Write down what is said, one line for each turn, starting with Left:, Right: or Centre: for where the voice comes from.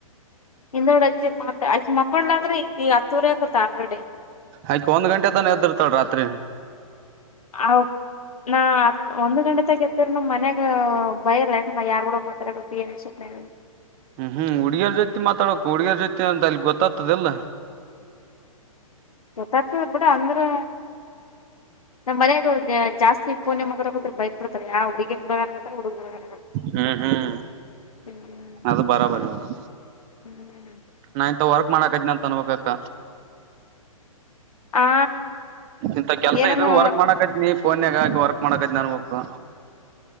Left: ಹಿಂದಡೆ ಹಚ್ಚಿದ್ರ ಮಾತ್ ಅಕಿ ಮಕ್ಕೊಂಡ್ಳಂದ್ರ ಈಗ ಹತ್ತೂವರಿ ಆತಂತ್ತ ಆಲ್ರೆಡಿ
Right: ಆಕಿ ಒಂದ್ ಗಂಟೆ ತಾನ ಎದಿರ್ತಾಳ ರಾತ್ರಿ
Left: ಹ ನಾ ಹತ್ ಒಂದ್ ಗಂಟೆ ತ ಎದ್ದ್ರ ನಮ್ ಮನ್ಯಾಗ ಬಯರ್ಲ್ಲ ಯಾರೂರೂಡ ಮಾತ್ರ ಗ ಹಾ
Right: ಹ್ಮ್ ಹ್ಮ್ ಹುಡುಗಿಯರ ಜೊತಿ ಮಾತಾಡಕ ಹುಡುಗಾರ್ ಜೊತಿ ಅಂತ ಅಲ್ಲಿ ಗೊತ್ತಾಗ್ತದೆಲ್ಲ
Left: ಗಾರ್ ಬಿಡ ಅಂದ್ರೆ ನಮ್ಮ್ ಮನಗೆ ಹ ಜಾಸ್ತಿ ಪೋ ನಿಮರ ಹ ಬಯರ್ ಬಿಡ್ತಾರ ಯಾ ಹುಗ ಹಡುಗತ್ರ ಹುಡುಗ ಹುಗ
Right: ಹ್ಮ್ ಹ್ಮ್
Left: ಹ್ಮ್
Right: ಅದು ಬರಾಬರಿ ಇರು
Left: ಹ್ಮ್
Right: ನಾ ಇಂತ ವರ್ಕ್ ಮಾಡಕದನಿ ಅಂತ ಅನ್ಬಕ್ಕ
Left: ಆ
Right: ಇಂತ ಕೆಲ್ಸ
Left: ಏನನು
Right: ಇದ್ರರು ವರ್ಕ್ ಮಾಡಕತ್ ನೀ ಫೋನ್ರರಾಗಾಕ ವರ್ಕ್ ಮಾಡಕತ್ ನನ್ಬೇಕು